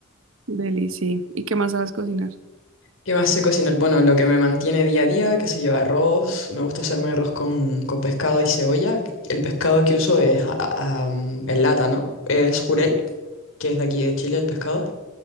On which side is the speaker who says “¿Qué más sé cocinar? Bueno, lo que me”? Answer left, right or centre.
Left